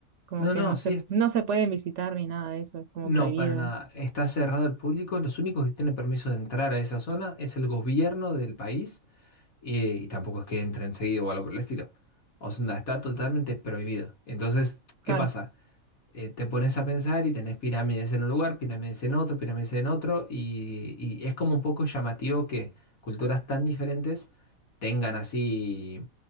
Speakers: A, on the right; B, on the left.
A: Como
B: no,
A: que
B: no,
A: no
B: sí,
A: se, no se pueden visitar ni nada de eso, es como
B: No,
A: prohibido.
B: para nada. Está cerrado al público. Los únicos que tienen permiso de entrar a esa zona es el gobierno del país eh, y, tampoco es que entren seguido o algo por el estilo. O sea, está totalmente prohibido. Entonces,
A: Claro,
B: ¿qué pasa? eh, te pones a pensar y tenés pirámides en un lugar, pirámides en otro, pirámides en otro, y, y es como un poco llamativo que culturas tan diferentes tengan así